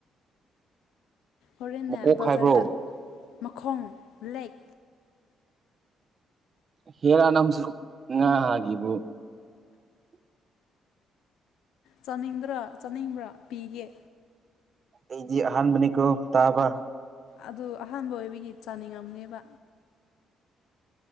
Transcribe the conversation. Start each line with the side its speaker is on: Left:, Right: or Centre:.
Left: ꯍꯣꯔꯦꯟꯅ
Right: ꯃꯀꯣꯛ
Left: ꯕꯖꯥꯔꯗ
Right: ꯍꯥꯏꯕ꯭ꯔꯣ
Left: ꯃꯈꯣꯡ ꯂꯦꯛ
Right: ꯍꯦꯔꯥ ꯅꯪꯁꯨ ꯉꯥ ꯒꯤꯕꯨ
Left: ꯆꯥꯅꯤꯡꯗ꯭ꯔꯥ ꯆꯥꯅꯤꯡꯕ꯭ꯔꯥ ꯄꯤꯒꯦ
Right: ꯑꯩꯗꯤ ꯑꯍꯥꯟꯕꯅꯤꯀꯣ ꯇꯥꯕ
Left: ꯑꯗꯨ ꯑꯍꯥꯟꯕ ꯑꯣꯏꯕꯒꯤ ꯆꯥꯅꯤꯡꯉꯝꯅꯦꯕ